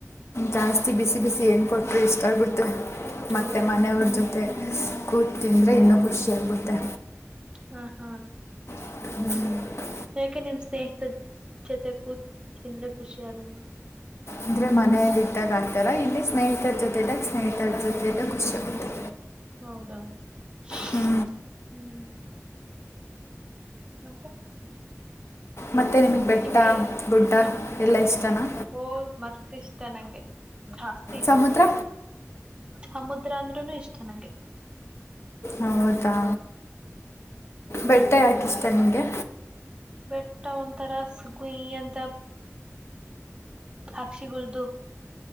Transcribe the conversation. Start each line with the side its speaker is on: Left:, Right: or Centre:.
Left: ಜಾಸ್ತಿ ಬಿಸಿ ಬಿಸಿ ಏನು ಕೊಟ್ಟರು ಇಷ್ಟ ಆಗುತ್ತೆ. ಮತ್ತೆ
Right: ಹೌದಾ
Left: ಮನೆಯವ್ರ ಜೊತೆ ಕೂತ್ ತಿಂದರೆ ಇನ್ನೂ ಖುಷಿಯಾಗಬುತ್ತೆ.
Right: ಹ ಹ
Left: ಹ್ಮ್ <inaudible>
Right: ಯಾಕೆ ನಿಮ್ ಸ್ನೇಹಿತ ಜೊತೆ ಕೂತ್ಂದ್ರೆ ಖುಷಿ ಆಗಲ್ವಾ.
Left: ಅಂದ್ರೆ ಮನೆಯಲ್ಲಿ ಇದ್ದಾಗ ಆತರ ಇಲ್ಲಿ, ಸ್ನೇಹಿತರು ಜೊತೆಗ ಸ್ನೇಹಿತರ ಜೊತೆಗ ಖುಷಿಯಾಗುತ್ತೆ.
Right: ಹೌಧ ಹ್ಮ್,
Left: ಹ್ಞೂ
Right: ಮತ್ತೆ
Left: ಮತ್ತೆ ನಿಮಗೆ ಬೆಟ್ಟ
Right: ನಿಮ್ಗೆ
Left: ಗುಡ್ಡ
Right: ಹ
Left: ಎಲ್ಲ ಇಷ್ಟನಾ.
Right: ಓ ಮಸ್ತ್ ಇಷ್ಟ ನಂಗೆ ಜಾಸ್ತಿ ಇಷ್ಟ
Left: ಸಮುದ್ರ
Right: ಸಮುದ್ರ ಅಂದ್ರೂ ಇಷ್ಟ ನಂಗೆ.
Left: ಹೌದಾ ಬೆಟ್ಟ ಯಾಕೆ ಇಷ್ಟ ನಿಮಗೆ
Right: ಬೆಟ್ಟ ತರಾಸು ಕುಯ್ ಅಂತ ಸಾಕ್ಷಿ ಗುಳ್ದು